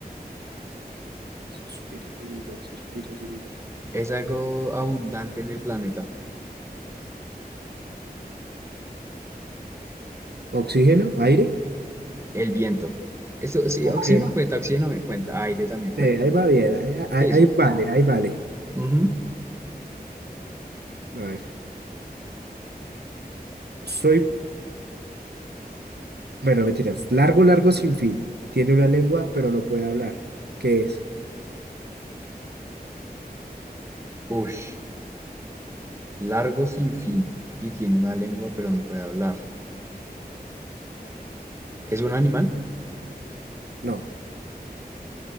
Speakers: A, on the right; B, on the right.
A: Suspira sin voz, suspira sin voz.
B: Es algo abundante en el planeta.
A: ¿Oxígeno? ¿Aire?
B: El viento. Eso sí,
A: Ok.
B: oxígeno cuenta, oxígeno me cuenta, aire también cuenta.
A: Sí, ahí va bien, ahí, ahí-
B: Sí,
A: ahí
B: sí.
A: vale, ahí vale.
B: Ujú.
A: A ver, soy, bueno, mentiras, largo, largo, sin fin. Tiene una lengua, pero no puede hablar. ¿Qué es?
B: Ush. Largo sin fin y tiene una lengua pero no puede hablar. ¿Es un animal?
A: No.